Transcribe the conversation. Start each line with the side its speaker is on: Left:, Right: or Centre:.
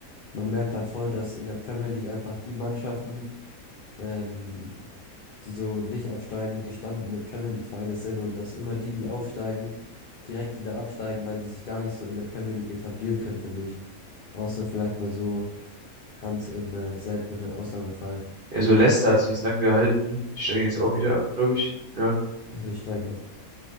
Left: Man merkt da voll, dass in der Premier League einfach die Mannschaften, ähm, die so nicht absteigen, gestandene Premier League-Vereine sind und dass immer die, die aufsteigen, direkt wieder absteigen, weil die sich gar nicht so in der Premier League etablieren können, finde ich. Außer vielleicht mal so ganz im äh, seltenen Ausnahmefall.
Right: Ja, so Leicester hat sich jetzt lang gehalten. ne? Die steigen jetzt auch wieder ab, glaube ich. Ja.
Left: Ja, die steigen ab.